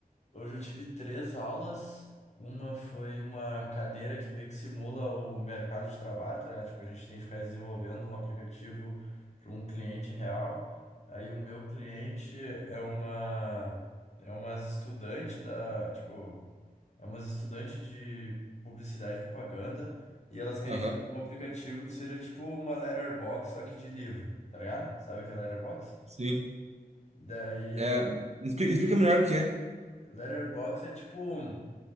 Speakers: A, on the left; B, on the right.
A: Hoje eu tive três aulas. Uma foi uma cadeira que meio que simula o mercado de trabalho, tá? Tipo, a gente tem que ficar desenvolvendo um aplicativo para um cliente real. Aí o meu cliente é uma é umas estudante da, tipo, é umas estudantes de publicidade e propaganda e elas querem
B: Aham,
A: fazer um aplicativo que seja tipo uma letterbox só que de livro, tá ligado? Sabe o que é letterbox?
B: sim.
A: Daí
B: É,
A: a gente-
B: expli- explica melhor o que é
A: letterbox é tipo um